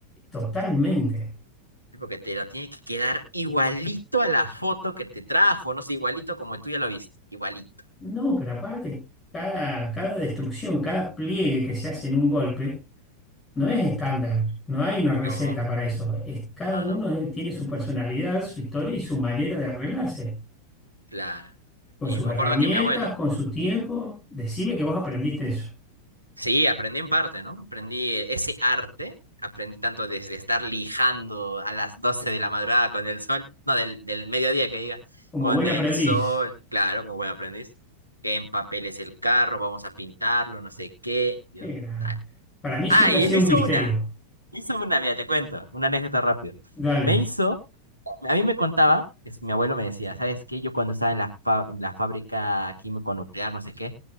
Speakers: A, on the left; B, on the right.
A: Totalmente.
B: Porque te lo tiene que quedar igualito a la foto que te trajo. No sé, igualito como tú ya lo viste. Igualito.
A: No, pero aparte, cada, cada destrucción, cada pliegue que se hace en un golpe, no es estándar, no hay una receta
B: No,
A: para eso. Es, cada
B: no,
A: uno
B: no.
A: eh, tiene su personalidad, su historia y su manera de arreglarse,
B: Claro.
A: con
B: Y
A: sus
B: me
A: herramientas,
B: acuerdo que mi abuelo
A: con su tiempo. Decime que vos aprendiste eso,
B: Sí, aprendí en parte, ¿no? Aprendí ese arte, aprendí tanto desde estar lijando a las 12 de la madrugada con el sol, no, del, del mediodía que diga,
A: como
B: con
A: buen aprendiz.
B: el sol, claro, como buen aprendiz, que en papel es el carro, vamos a pintarlo, no sé qué,
A: Qué
B: yo,
A: grande.
B: dale.
A: Para mí
B: Ah,
A: siempre
B: y
A: ha sido
B: me
A: un
B: hizo
A: misterio.
B: una, me hizo una, mira, te cuento, una anécdota rápido.
A: Dale,
B: Me hizo, a mí me contaba, es, mi abuelo me decía, ¿sabes qué? Yo cuando estaba en la, fa- en la fábrica químico nuclear, no sé qué,